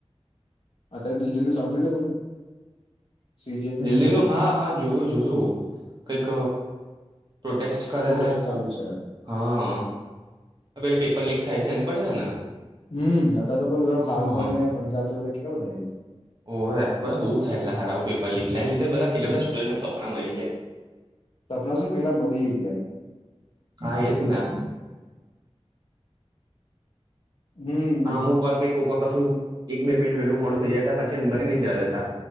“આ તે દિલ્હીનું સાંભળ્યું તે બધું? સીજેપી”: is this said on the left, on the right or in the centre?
Left